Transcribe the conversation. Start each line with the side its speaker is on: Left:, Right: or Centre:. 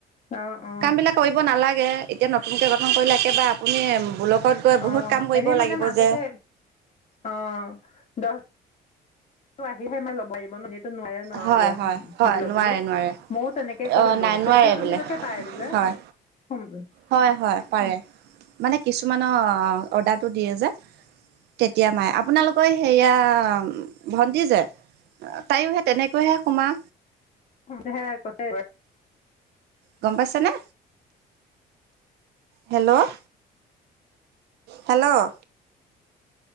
Left: অ অ
Right: কাম বিলাক কৰিব নালাগে এতিয়া নতুনকে গঠন কৰিলে একেবাৰে আপুনি গৈ
Left: অ',
Right: বহুত কাম কৰিব
Left: এনে মানে
Right: লাগিব
Left: মাজতে
Right: যে।
Left: অ', দশ আহিহে মানে ল'ব লাগিব ন' এটো নোৱাৰে ন'
Right: হয়
Left: এতিয়া
Right: হয়
Left: হুম
Right: হয়
Left: ল'বলৈ?
Right: নোৱাৰে নোৱাৰে
Left: ময়ো তেনেকে কৰিলো
Right: অ নাই নোৱাৰে
Left: চৈধ্য জনীলৈকে
Right: বোলে
Left: পাই বোলে
Right: হয়।
Left: সোমহে
Right: হয় - হয়, পাৰে মানে কিছুমানৰ অৰ্ডাৰটো দিয়ে যে তেতিয়া মায়ে আপোনালোকৰ সেয়া ভন্টি যে তাইওহে তেনেকৈহে সোমা
Left: <unintelligible> কছে
Right: গম পাইছানে? হেল্ল' হেল্ল'